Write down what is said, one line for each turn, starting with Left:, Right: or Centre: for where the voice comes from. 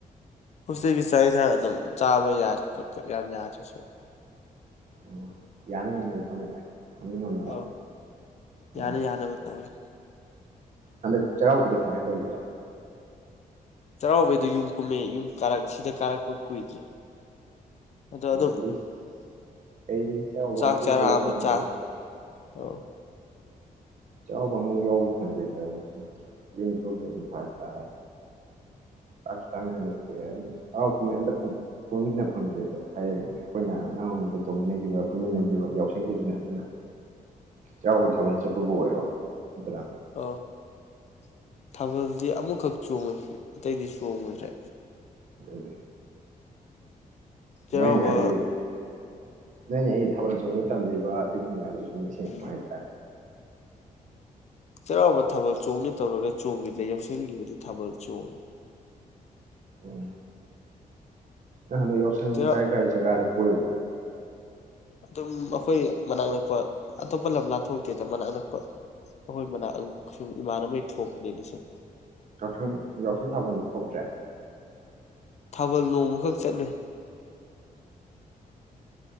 Left: ꯍꯧꯖꯤꯛꯒꯤ ꯆꯥꯛ ꯌꯦꯟꯁꯥꯡ ꯑꯗꯨꯝ ꯆꯥꯕ ꯌꯥꯔꯦ ꯀ ꯌꯥꯝ ꯌꯥꯗꯔꯁꯨ
Right: ꯎꯝ ꯌꯥꯅ ꯌꯥꯅꯕ ꯍꯣꯠꯅꯔꯦ ꯉꯝꯅ ꯉꯝꯅꯕ
Left: ꯑꯧ ꯌꯥꯅ
Right: ꯑꯣ
Left: ꯌꯥꯅꯕ ꯇꯧꯔꯦ
Right: ꯍꯟꯗꯛ ꯆꯩꯔꯥꯎꯕꯗꯤ ꯀꯃꯥꯏꯅ ꯇꯧꯒꯤꯕ
Left: ꯆꯩꯔꯥꯎꯕꯩꯗꯣ ꯌꯨꯝ ꯀꯨꯝꯃꯦ ꯌꯨꯝ ꯀꯥꯔꯛ ꯁꯤꯗ ꯀꯥꯔꯛꯄ ꯀꯨꯏꯗꯔꯤ ꯑꯗꯣ
Right: ꯎꯝ
Left: ꯑꯗꯨꯝ
Right: ꯑꯦꯠꯂꯤꯁ ꯑꯩꯗꯤ ꯆꯩꯔꯥꯎꯕ
Left: ꯆꯥꯛ
Right: ꯑꯝꯇ
Left: ꯆꯥꯔꯥ
Right: ꯌꯥꯎꯕ
Left: ꯑꯃ
Right: ꯐꯪꯗ꯭ꯔꯦ
Left: ꯆꯥ ꯑꯥꯎ
Right: ꯆꯩꯔꯥꯎꯕ ꯑꯃꯨꯛ ꯌꯥꯎꯕ ꯐꯪꯗꯦ ꯇꯧꯔꯤꯁꯨ ꯌꯨꯝꯊꯣꯛꯇꯧꯕꯁꯨ ꯐꯔꯛ ꯇꯥꯔꯦ ꯆꯥꯛꯁꯨ ꯆꯥꯃꯤꯟꯅꯗꯔꯦ ꯍꯔꯥꯎ ꯀꯨꯝꯍꯩ ꯑꯝꯇ ꯄꯨꯟꯃꯤꯟꯅ ꯐꯪꯗ꯭ꯦꯗ ꯍꯥꯏꯗꯤ ꯑꯩꯈꯣꯏꯅ ꯑꯉꯥꯡ ꯑꯣꯏꯔꯤꯉꯩꯗ ꯇꯧꯃꯤꯟꯅꯈꯤꯕ ꯄꯨꯟꯃꯤꯟꯅꯈꯤꯕ ꯌꯥꯎꯁꯡꯈꯤꯗ ꯅꯠꯇꯅ ꯆꯩꯔꯥꯎꯕ ꯊꯥꯕꯜ ꯆꯠꯄꯕꯨ ꯑꯣꯏꯔꯣ ꯅꯠꯇ꯭ꯔꯥ
Left: <unintelligible> ꯊꯥꯕꯜꯗꯤ ꯑꯃꯨꯛꯈꯛ ꯆꯣꯡꯉꯨꯏ ꯑꯇꯩꯗꯤ ꯆꯣꯡꯉꯨꯗ꯭ꯔꯦ
Right: ꯑꯗꯨꯅꯦ
Left: ꯆꯩꯔꯥꯎꯕ
Right: ꯅꯣꯏꯅ ꯑꯩ ꯅꯣꯏꯅ ꯑꯩ ꯊꯥꯕꯜ ꯆꯣꯡꯕ ꯇꯝꯕꯤꯕ ꯑꯗꯩ <unintelligible> ꯁꯦꯜ
Left: ꯎꯝ
Right: ꯄꯥꯏꯗꯦ
Left: ꯆꯩꯔꯥꯎꯕ ꯊꯥꯕꯜ ꯆꯣꯡꯅꯤ ꯇꯧꯔꯒ ꯆꯣꯡꯈꯤꯗꯔꯦ ꯌꯥꯎꯁꯡꯒꯤꯕꯨꯗꯤ ꯊꯥꯕꯜ ꯆꯣꯡꯉꯤ
Right: ꯎꯝ ꯅꯪ ꯍꯟꯗꯛ ꯌꯥꯎꯁꯪ
Left: ꯆꯩꯔꯥꯎ
Right: ꯀꯥꯏ ꯀꯥꯏ ꯖꯒꯥꯗ ꯀꯣꯏꯔꯨꯕ
Left: ꯑꯗꯨꯝ ꯑꯩꯈꯣꯏ ꯃꯅꯥꯛ ꯅꯛꯄ ꯑꯇꯣꯞꯄ ꯂꯝ ꯂꯥꯟ ꯊꯣꯛꯇꯦꯗ ꯃꯅꯥꯛ ꯅꯛꯄ ꯑꯩꯈꯣꯏ ꯃꯅꯥꯛ ꯁꯨꯝ ꯏꯃꯥꯟꯅꯕꯩ ꯊꯣꯛꯄꯅꯤꯗ ꯁꯨꯨꯝ
Right: ꯌꯥꯎꯁꯪ ꯌꯥꯎꯁꯪ ꯊꯥꯕꯜꯗꯤ ꯊꯣꯛꯇ꯭ꯔꯦ
Left: ꯊꯥꯕꯜ ꯅꯣꯡꯃꯈꯛ ꯆꯠꯂꯨꯏ